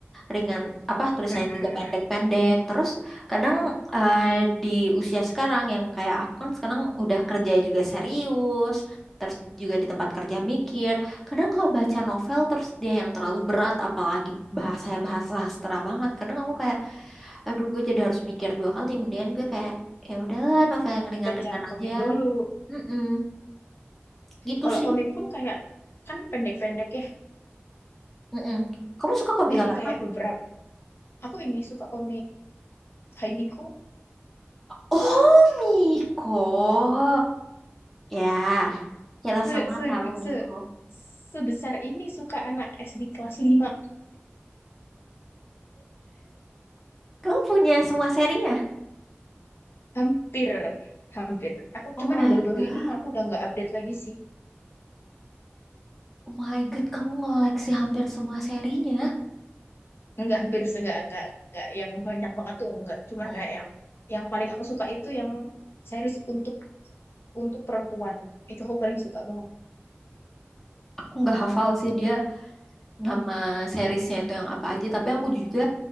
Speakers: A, in the centre; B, on the left.
A: ringan apa tulisannya
B: <laughs> Heeh.
A: juga pendek-pendek terus kadang eh, di usia sekarang yang kayak aku kan sekarang udah kerja juga serius terus juga di tempat kerja mikir kadang kalau baca novel terus dia yang terlalu berat apalagi bahasanya bahasa sastra banget kadang aku kayak aduh gue jadi harus mikir dua kali mendingan gue kayak ya udahlah novel yang ringan-ringan
B: Baca komik
A: aja
B: dulu.
A: Mm-mm, gitu
B: Kalau
A: sih
B: komik pun kayak kan pendek-pendek ya.
A: Mm-mm. kamu suka komik
B: Jadi
A: apa?
B: kayak beberapa aku ini suka komik Haimiku
A: Oh Miko ya Kita
B: se,
A: semua
B: se,
A: tahu
B: se,
A: Miko.
B: sebesar ini suka anak SD kelas lima
A: Kamu punya semua serinya?
B: Hampir hampir. Aku
A: Oh
B: cuman
A: my
B: yang baru-baru
A: God.
B: ini aku udah nggak update lagi sih.
A: Oh my God, kamu ngoleksi hampir semua serinya.
B: Nggak hampir se- nggak nggak nggak yang banyak banget tuh nggak. Cuman
A: Hmm.
B: kayak yang yang paling aku suka itu yang series untuk untuk perempuan. Itu aku paling suka banget.
A: Aku nggak hafal sih dia nama seriesnya itu yang apa aja, tapi aku juga